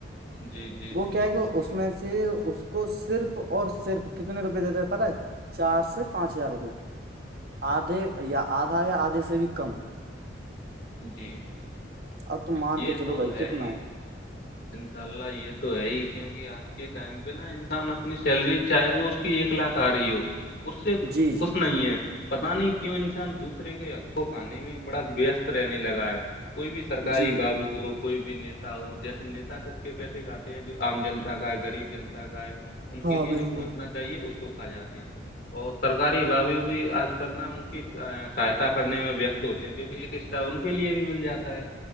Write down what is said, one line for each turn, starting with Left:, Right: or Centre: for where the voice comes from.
Left: جی جی جی
Right: وہ کیا ہے کہ اس میں سے اس کو صرف اور صرف کتنے روپئے دیتا ہے پت ہے چار سے پانچ ہزار روپئے آدھے یا آدھا یا آدھے سے بھی کم
Left: جی
Right: اب تو مان
Left: یہ
Right: کے چلو
Left: تو
Right: بھائی
Left: ہے
Right: کتنا
Left: ہی انشاء اللہ یہ تو ہے ہی کیونکہ آج کے ٹائم پہ نا انسان اپنی سیلری چاہے وہ اس کی ایک لاکھ آ رہی ہو اس سے
Right: جی جی
Left: خوش نہیں ہے پتا نہیں کیوں انسان دوسرے کے حقوں کھانے میں بڑا وست رہنے لگا ہے کوئی بھی سرکاری
Right: جی
Left: بابو
Right: جی
Left: ہو کوئی بھی نیتا ہو جیسے نتا کت کے پیسے کھتے ہیں جو آم جنتا کا ہے گغریب جنتا کا ہے ان کے
Right: ہاں
Left: لیے
Right: بالکل
Left: جو پہنچنا چاہے اس کو کھا جاتے ہیں اور سرکاری بابی بھی آج کل نا ان کی سہایتا کرنے میں وست ہوتے ہیں کیونکہ ایک حصہ ان کے لیے بھی مل جاتا ہے